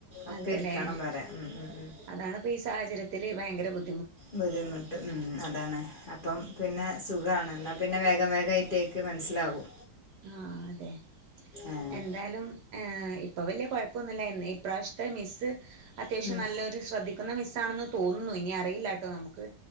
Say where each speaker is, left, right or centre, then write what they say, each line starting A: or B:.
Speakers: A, on the left; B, on the right.
A: അപ്പ
B: അതെല്ലേ
A: ഇരിക്കണം വരെ ഉം ഉം ഉം
B: അതാണിപ്പോൾ ഈ സാഹചര്യത്തിൽ ഭയങ്കര ബു
A: ബുദ്ധിമുട്ട് ഉം അതാണ് അപ്പം പിന്നെ സുഖാണ് എന്നാ പിന്നെ വേഗം വേഗം ആയിറ്റെക് മനസ്സിലാകും
B: ആ അതെ
A: ഏഹ്
B: എന്താലും ഏഹ് ഇപ്പൊ വല്യ കൊഴപ്പൊന്നുല്ല എന്നാ ഈപ്രാവശത്തെ മിസ്സ് അത്യാവശ്യം
A: ഉം
B: നല്ലൊരു ശ്രദ്ധിക്കുന്ന മിസ്സാണെന്ന് തോന്നുന്നു ഇനി അറിയില്ലാട്ടോ നമുക്ക്